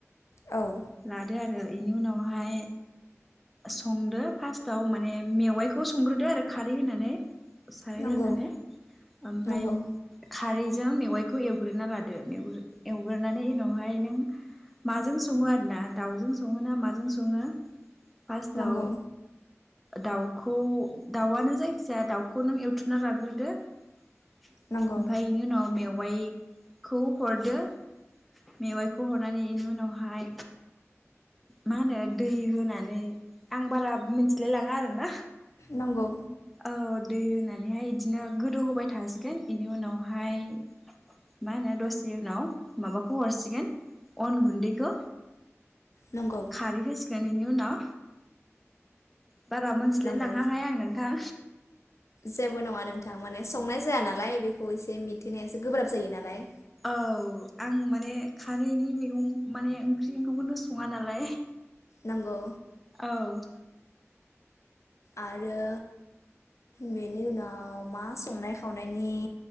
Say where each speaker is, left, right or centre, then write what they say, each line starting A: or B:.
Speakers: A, on the left; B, in the centre.
A: औ
B: लादो आरो इनि उनावहाय संदो फार्स्टाव माने मेवाइखौ संग्रोदो आरो खारै होनानै साराय
A: नंगौ
B: जाननानै ओमफाय
A: नंगौ
B: खारै जों मेवाइखौ एवग्रोना लादो मेवग्रो एवग्रोनानै उनावहाय नों माजों सङो आरो ना दाउजों सङो ना माजों सङो पासटाव
A: नंगौ
B: दाउखौ दाउआनो जायखिजाया दाउखौ नों एवथुमना लाग्रोदो ओमफाय
A: नंगौ
B: बेनि उनाव मेव वाइखौ हरदो मेवाइखौ हरनानै इनि उनावहाय मा होनो दै होना नै आं बारा मिथिलाय लाङा आरो ना
A: नंगौ
B: औ दै होनानैहाय इदिनो गोदौहोबाय थासिगोन बेनि उनावहाय मा होनो दसे उनाव माबाखौ हरसिगोन अन गुन्दैखौ
A: नंगौ
B: खारै हो सिगोन इनि उनाव बारा मोनथिलाय
A: नंगौ
B: लाङाहाय आं नोंथां
A: जेबो नङा नोंथां माने संनाय जाया नालाय बे खौ एसे मिथिनाया एसे गोब्राब जायो नालाय
B: औ आं माने खारैनि मैगं माने ओंख्रि ओंखामखौनो सङा नालाय
A: नंगौ
B: औ
A: आरो बेनि उनाव मा संनाय खावनायनि